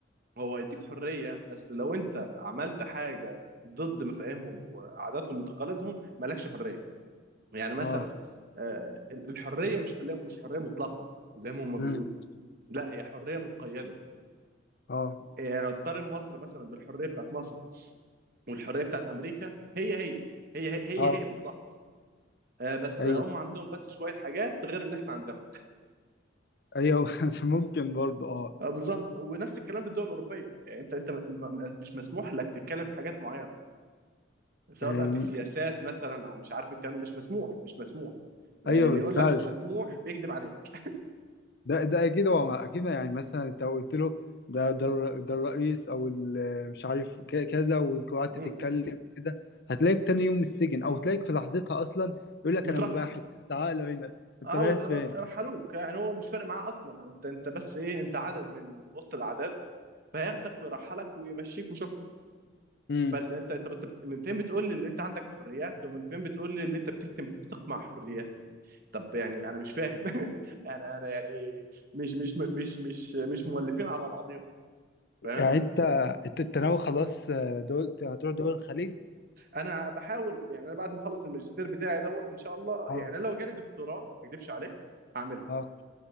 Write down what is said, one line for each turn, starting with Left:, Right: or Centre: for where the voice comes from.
Right: هو يديك حرية بس لو انت عملت حاجة ضد مفاهيمهم وعاداتهم وتقاليدهم مالكش حرية يعني مثلا
Left: اه
Right: آه، ال- الحرية مش حرية مش حرية مطلقة زي ما هم بيقولوا
Left: مم.
Right: لا هي حرية مقيدة
Left: اه
Right: يعني لو تقارن مصر مثلا بالحرية بتاعت مصر والحرية بتاعت أمريكا هي هي هي هي هي,
Left: اه
Right: هي بالظبط آه، بس
Left: ايوه
Right: هم عندهم بس شوية حاجات غير اللي احنا عندنا
Left: ايوه <laughs> ممكن برضو اه
Right: آه، بالظبط ونفس الكلام في الدول الأوروبية يعني انت انت م- م- مش مسموح لك تتكلم في حاجات معينة سواء
Left: أم،
Right: بقى في سياسات مثلا او مش عارف الكلام مش مسموح مش مسموح يعني
Left: ايوه
Right: اللي
Left: بالفعل
Right: يقول لك مسموح بيكذب عليك
Left: ده ده اكيد هو اكيد يعني مثلا انت لو قلت له ده ده الر- ده الرئيس او ال- مش عارف ك- كذا وقعدت
Right: مم.
Left: تتكلم كده هتلاقيك تاني يوم السجن او تلاقيك في لحظتها اصلا يقول لك
Right: مترحل
Left: انا مباحث تعالى هنا انت
Right: اه
Left: رايح
Right: وز-
Left: فين
Right: رحلوك يعني هو مش فارق معاه اصلا انت انت بس ايه انت عدد من وسط الاعداد فهياخدك ويرحلك ويمشيك وشكرا
Left: امم
Right: فاللي انت طب انت بت... من فين بتقول لي ان انت عندك حريات ومن فين بتقول لي ان انت بتكتم... بتقمع حرياتي طب يعني انا مش فاهم <laughs> انا انا يعني مش مش مش مش مش مولفين على بعضهم فاهم
Left: يعني انت انت أنت ناوي خلاص دول هتروح دول الخليج
Right: انا بحاول يعني انا بعد ما اخلص الماجستير بتاعي دوت ان شاء الله
Left: اه
Right: يعني لو جالي دكتوراه ما اكدبش عليك هعملها
Left: اه